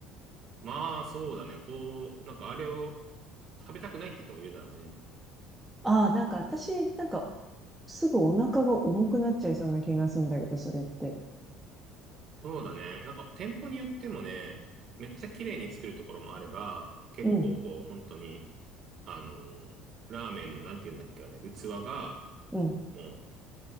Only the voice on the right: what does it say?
まあ、そうだね。こう、なんかあれを食べたくないって人もいるだろうね。
そうだね。なんか店舗によってもね、めっちゃ綺麗に作るところもあれば、結構こう、
本当に、あのーラーメンの、なんて言うんだっけ、あれ、器が、
もう、